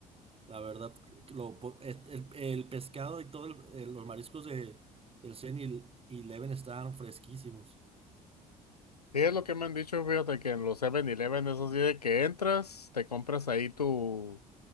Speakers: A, on the right; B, on the left.
A: La verdad, lo, po- et- el, el pescado y todos los mariscos de, del 7-Eleven estaban fresquísimos.
B: Sí, es lo que me han dicho, fíjate que en los Seven eleven eso sí, de que entras, te compras ahí tu,